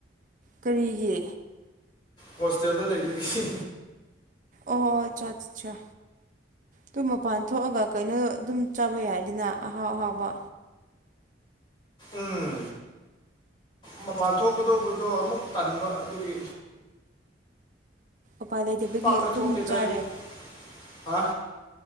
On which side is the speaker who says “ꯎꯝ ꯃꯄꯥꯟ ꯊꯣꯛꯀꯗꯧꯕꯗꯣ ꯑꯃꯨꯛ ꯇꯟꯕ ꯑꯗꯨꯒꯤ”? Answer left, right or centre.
Left